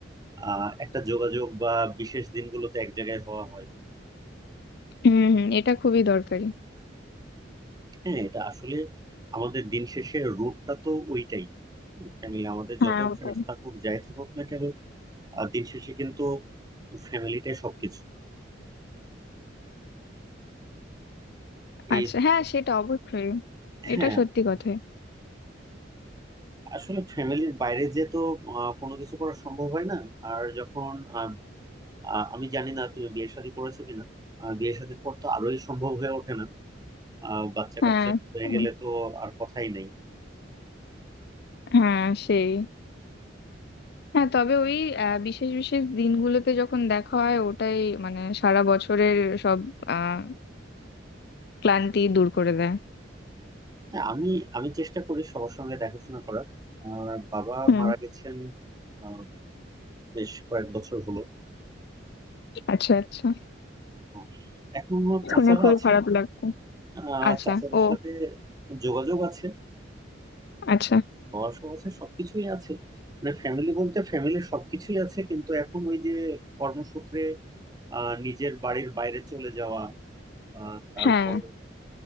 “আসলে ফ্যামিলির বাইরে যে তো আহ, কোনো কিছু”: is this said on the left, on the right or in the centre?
Right